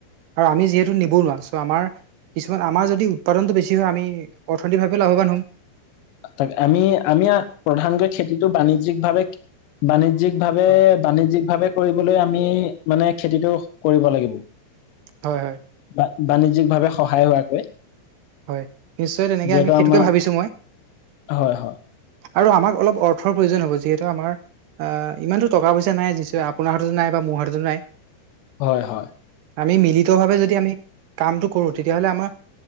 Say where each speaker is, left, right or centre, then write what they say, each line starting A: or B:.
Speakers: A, on the right; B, on the left.
A: আৰু আমি যিহেতু নিব নোৱাৰা চ' আমাৰ কিছুমান আমাৰ যদি উৎপাদনটো বেছি হয়, আমি অৰ্থনৈতিকভাৱে লাভৱান হ'ম।
B: তাক আমি আমি প্ৰধানকৈ খেতিটো বাণিজ্যিক ভাৱে বাণিজ্যিক ভাৱে
A: হয়
B: বাণিজ্য়িক ভাৱে কৰিবলৈ আমি মানে খেতিটো কৰিব লাগিব।
A: হয়, হয়।
B: বা-বাণিজ্যিক ভাৱে সহায় হোৱাকৈ।
A: হয়, নিশ্চয় তেনেকে
B: যিহেতু
A: আমি সেইটোকে
B: আমাৰ
A: ভাবিছো মই।
B: হয়, হয়।
A: আৰু আমাক অলপ অৰ্থৰ প্ৰয়োজন হ'ব আমাৰ ইমানটো টকা-পইচা নাই যি আপোনাৰ হাততো নাই, বা মোৰ হাততো নাই।
B: হয়, হয়।
A: আমি মিলিত ভাৱে যদি আমি কামটো কৰো, তেতিয়া হ'লে আমাৰ